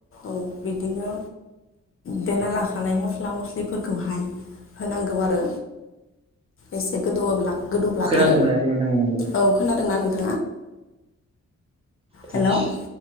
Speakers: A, on the left; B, on the right.
A: औ बिदिनो दा लाखानाय मस्ला मस्ला मस्लिफोरखौहाय होनांगौ आरो एसे गोदौवोब्ला। गोदौब्लाथाय
B: खोनानो मोनासै नोंथांनिखौ
A: औ खोनादोंना नोंथां?
B: बिस
A: हेल'